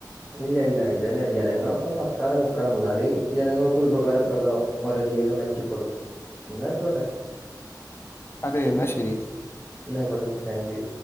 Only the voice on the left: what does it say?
അതെ എന്നാ ശെരി